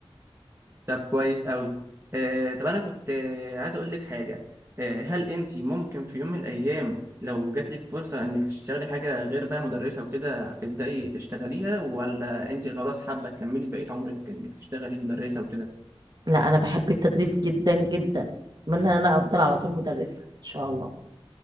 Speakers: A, on the right; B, on the right.
A: طب كويس قوي آه، طب انا كنت آه، عايز اقول لك حاجه آه، هل انت ممكن في يوم من الايام لو جات لك فرصه انك تشتغلي حاجه غير بقى مدرسه وكده هتبداي تشتغليها ولا انت خلاص حابه تكملي بقيه عمرك انك تشتغلي مدرسه وكده
B: لا أنا بحب التدريس جدا جدا أتمنى إن أنا أفضل على طول مدرسة إن شاء الله